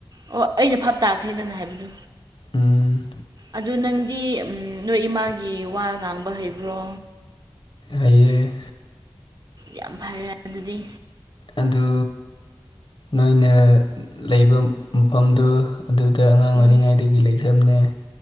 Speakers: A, on the right (about 45°); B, on the left (about 65°).
A: ꯑꯣ ꯑꯩꯩꯅ ꯚꯥꯞ ꯇꯥꯈ꯭ꯔꯦ ꯅꯪꯅ ꯍꯥꯏꯕꯗꯨ꯫
B: ꯎꯝ꯫
A: ꯑꯗꯨ ꯅꯪꯗꯤ ꯅꯣꯏ ꯏꯃꯥꯒꯤ ꯋꯥ ꯉꯥꯡꯕ ꯍꯩꯕ꯭ꯔꯣ꯫
B: ꯍꯩꯌꯦ꯫
A: ꯌꯥꯝ ꯐꯔꯦ ꯑꯗꯨꯗꯤ꯫
B: ꯑꯗꯨ ꯅꯣꯏꯅ ꯂꯩꯕ ꯃꯐꯝꯗꯨ꯫ ꯑꯗꯨꯗ ꯑꯉꯥꯡ
A: ꯎꯝ
B: ꯑꯣꯏꯔꯤꯉꯩꯗꯒꯤ ꯂꯩꯈ꯭ꯔꯝꯅ‌ꯦ꯫